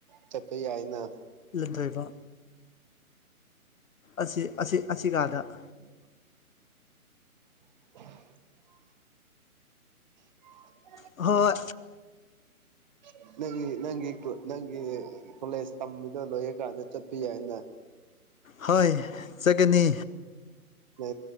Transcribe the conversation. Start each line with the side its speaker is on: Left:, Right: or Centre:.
Right: ꯆꯠꯄ ꯌꯥꯏꯅ
Left: ꯂꯟꯊꯣꯏꯕ ꯑꯁꯤ ꯑꯁꯤ ꯀꯥꯗ
Right: ꯎ <unintelligible> ꯑ
Left: ꯍꯣꯏ
Right: ꯑꯣ ꯅꯪꯒꯤ ꯅꯪꯒꯤ ꯅꯪꯒꯤ ꯀꯣꯂꯦꯖ ꯇꯝꯃꯤꯗꯣ ꯂꯣꯏꯔꯀꯥꯟꯗ ꯆꯠꯄ ꯌꯥꯏꯅ
Left: ꯍꯣꯏ ꯆꯠꯀꯅꯤ
Right: ꯅ